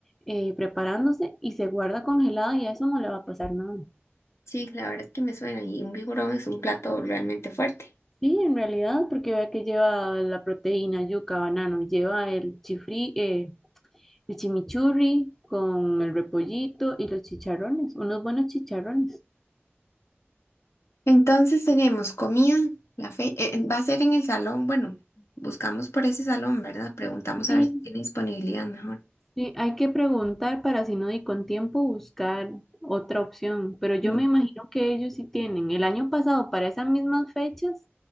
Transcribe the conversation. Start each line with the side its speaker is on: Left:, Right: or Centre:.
Centre: Eh, preparándose y se guarda congelado y a eso no le va a pasar nada.
Left: Sí, la verdad es que me suena, y un vigorón es un plato realmente fuerte.
Centre: Sí, en realidad, porque vea que lleva la proteína, yuca, banano, lleva el chifri, eh, el chimichurri con el repollito y los chicharrones, unos buenos chicharrones.
Left: Entonces tenemos comida, la fe, eh, va a ser en el salón, bueno, buscamos por ese salón, ¿verdad? Preguntamos
Centre: Sí,
Left: a ver si tiene disponibilidad mejor.
Centre: Sí, hay que preguntar para si no di con tiempo buscar otra opción, pero yo
Left: Yo
Centre: me imagino que ellos sí tienen. El año pasado, para esas mismas fechas,